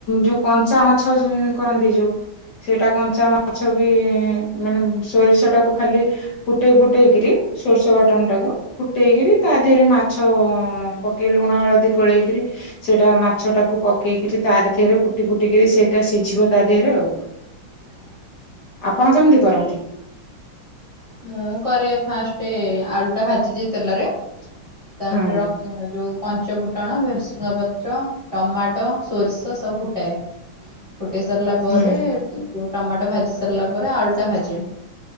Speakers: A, on the left; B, on the right.
A: ଯୋଉ କଞ୍ଚା ମାଛ କରନ୍ତି ଯୋଉ ସେଇଟା କଞ୍ଚା ମାଛ ବି ମାନେ ସୋରିଷ ଟାକୁ ଖାଲି ଫୁଟେଇ ଫୁଟେଇକିରି ସୋରିଷ ବାଟଣ ଟାକୁ ଫୁଟେଇକିରି ତା ଦେହରେ ମାଛ ପକେଇଲୁ ଲୁଣ ହଳଦୀ ଗୋଳେଇକିରି ସେଇଟା ମାଛ ଟାକୁ ପକେଇକିରି ତାରି ଦେହରେ ଫୁଟି ଫୁଟିକିରି ସେଇଟା ସିଝିବ ତା ଦେହରେ ଆଉ।
B: <unintelligible>
A: ଆପଣ କେମିତି କରନ୍ତି?
B: ମୁଁ କରେ ଫାଷ୍ଟ ଆଳୁ ଟା ଭାଜିଦିଏ ତେଲରେ। ତାପରେ
A: ହୁଁ
B: ରସୁଣ ଯୋଉ କଞ୍ଚ ଫୁଟଣ ଭେରସୁଙ୍ଗା ପତ୍ର ଟମାଟୋ ସୋରିଷ ସବୁ ଫୁଟାଏ। ଫୁଟେଇ ସାରିଲା ପରେ
A: ହୁଁ
B: ଟମାଟୋ ଭାଜି ସାରିଲା ପରେ ଆଳୁ ଟା ଭାଜେ।